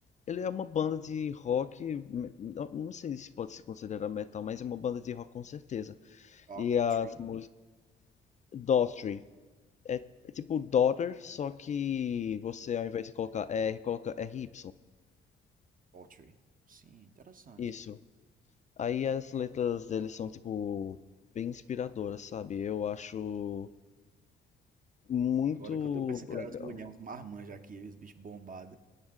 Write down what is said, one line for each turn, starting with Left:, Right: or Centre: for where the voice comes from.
Left: ele é uma banda de rock, me- não, não sei se pode se considerar metal, mas é uma banda de rock com certeza.
Right: Dog
Left: E as
Right: Tree?
Left: músicas. Daughtry. É, é tipo daughter, só que você ao invés de colocar R, coloca r RY.
Right: Poetry. Sim, interessante.
Left: Isso. Aí as letras deles são, tipo, bem inspiradoras, sabe? Eu acho muito
Right: Agora que eu tô pensando
Left: legal.
Right: que era as mulheres, uns marmanjos aqui, os bichos bombados.